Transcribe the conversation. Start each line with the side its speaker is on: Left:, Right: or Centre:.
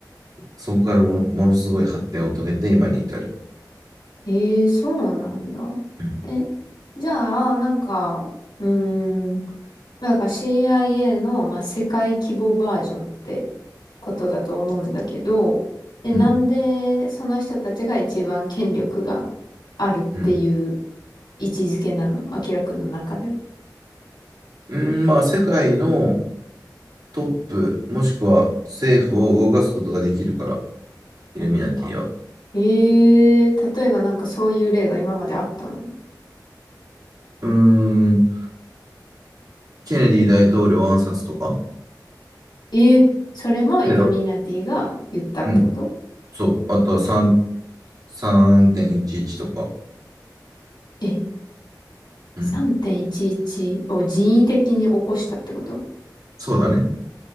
Right: そこからもの、ものすごい発展を遂げて今に至る。
Left: へえ、そうなんだ。
Right: うん。
Left: え、じゃあ、なんか、うーん、まあだから CIA の、まあ、世界規模バージョンってことだと思うんだけど、え、なんでその人たちが一番権力が
Right: うん。
Left: あるっていう
Right: うん。
Left: 位置づけなのアキラくんの中では。
Right: うんまあ、世界のトップ、もしくは政府を動かすことができるから、イルミナティは。
Left: ええ、例えばなんかそういう例が今まであったの
Right: うーん。ケネディ大統領暗殺とか、
Left: ええ、それもイルミナティが言ったってこと
Right: テロ、うん、そう、あとは3、3.11とか、
Left: え、
Right: うん、
Left: 3.11を人為的に起こしたってこと
Right: そうだね。